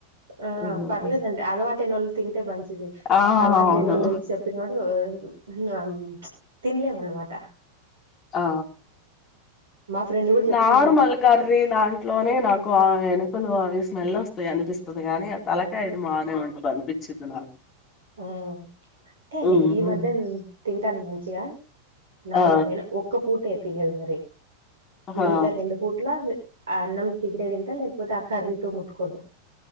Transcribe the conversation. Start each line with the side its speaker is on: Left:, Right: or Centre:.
Right: ఆ
Left: ఉహు
Right: పర్లేదండి అలవాటైనోళ్ళు తింటే మంచి ది
Left: ఆ
Right: అలవాట్
Left: అవును
Right: లేనోళ్ళు చెప్పినప్పుడు అం తిండ్లేమ్ అనమాట
Left: ఆ
Right: ఫ్రెండ్ కూడా చెప్తుంది
Left: నార్మల్ కర్రీ దాంట్లోనే నాకు ఆయన ముక్కలు అవి స్మెల్ వస్తాయి అనిపిస్తది గానీ ఆ తలకాయ్ అది మానే ఉంటది అనిపిచ్చిద్ది నాకు
Right: ఆ అంటే
Left: ఉహు
Right: ఈ మధ్యన్ తింటాన్ మంచిగా నార్మల్
Left: ఆ
Right: నేను ఒక్క పూటే తినేది మరి
Left: హా
Right: మిగతా రెండు పూట్ల ఆ అన్నం తింటే దింటా లేకపోతే ఆ కర్రీతో ముట్టుకోను